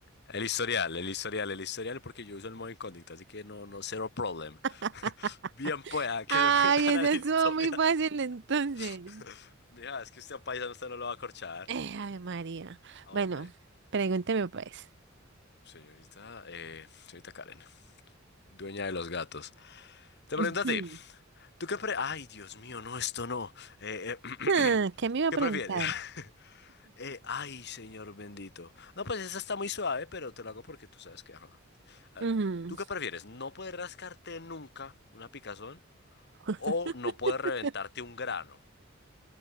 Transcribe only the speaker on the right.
<laughs>
Ay,
esa
estuvo
muy fácil entonces.
Eh, ay, María.
Bueno, pregúnteme pues.
<laughs>
Ah,
¿Qué me iba
a preguntar?
Ujú.
<laughs>